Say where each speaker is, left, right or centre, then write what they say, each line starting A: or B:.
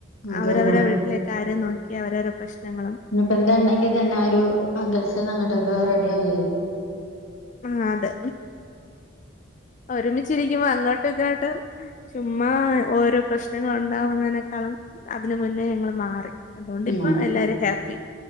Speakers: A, on the left; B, on the left.
A: അതന്നെ
B: അവരവരെ വീട്ലേ കാര്യം നോക്കി അവരവര പ്രശ്നങ്ങളും
A: ഇനിപ്പ എന്തേണ്ടെങ്കി തന്നെ ആഹ് ഒരു അകൽച്ചേന്നങ്ങട്ടക്ക റെഡിയാവേ
B: ആഹ് അതെ ഒരുമിച്ചിരികുമ്പൊ അങ്ങോട്ടിങ്ങോട്ടും ചുമ്മാ ഓരോ പ്രശ്നങ്ങള് ഉണ്ടാവുന്നേനെക്കാളും അതിന് മുന്നേ ഞങ്ങള് മാറി അതോണ്ടിപ്പ
A: ഉം, അത്
B: എല്ലാരും ഹാപ്പി